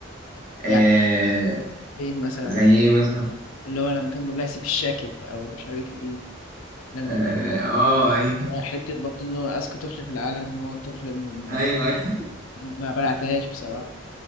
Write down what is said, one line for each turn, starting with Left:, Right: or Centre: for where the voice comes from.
Right: آه
Left: يعني إيه مثلا
Right: زي ايه مثلا
Left: اللي هو لما كان بيقول لها سيب الشاكك أو مش عارف إيه لما
Right: اه, آه ايوه
Left: وحتة برضه إنه أذكى طفل في العالم هو الطفل اللي
Right: <laughs>
Left: ما
Right: ايوه ايوه
Left: ما بلعتهاش بصراحة